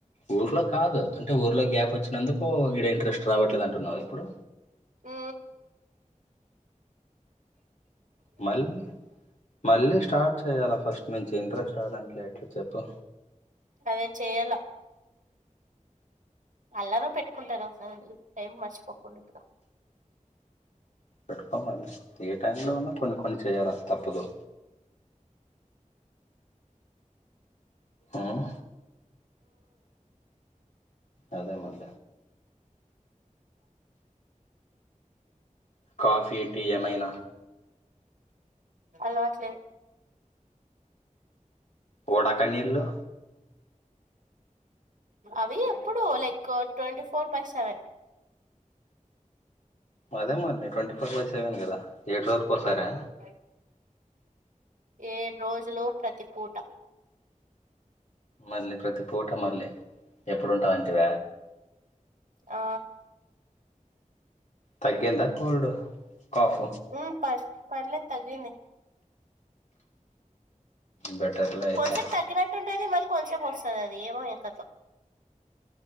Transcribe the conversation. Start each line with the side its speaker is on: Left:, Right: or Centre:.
Left: ఊర్లో కాదు అంటే ఊర్లో గ్యాప్ వచ్చినందుకు ఈడ ఇంట్రెస్ట్ రావట్లేదు అంటున్నారు. ఇప్పుడు
Right: ఆ
Left: మళ్ళీ మళ్ళీ స్టార్ట్ చేయాల ఫస్ట్ నుంచి ఇంట్రెస్ట్ రాదంట్లో ఎట్లా చెప్పు
Right: అదే చెయాల అల్లారం పెట్టుకుంటను ఒకసారి టైం మర్చిపోకుండాట్టుగా
Left: పెట్టుకోమది ఏ టైంలో ఉన్నా కొన్ని కొన్ని చేయాలా తప్పదు మ్మ్ అదే మరి కాఫీ టీ ఏమైన
Right: అలవాటు లేదు
Left: ఉడక నీళ్లు
Right: అవి ఎప్పుడు like twenty four by seven
Left: అదే మళ్ళీ ట్వంటీ ఫోర్ బై సెవెన్ కదా ఏడు రోజుల పోసారా
Right: బ ఏడు రోజులు ప్రతి పూట
Left: మళ్ళీ ప్రతి పూట మళ్ళీ ఎప్పుడుంట అంటివ
Right: ఆ
Left: తగ్గిందా కుల్డ్ కాఫ్
Right: ఉ <unintelligible> తగ్గింది
Left: బెటర్లే అయితే
Right: కొంచెంపు తగ్గినట్టుంటేది మళ్ళీ కొంచసేపు వస్తుంది అది ఏమో ఎం కథో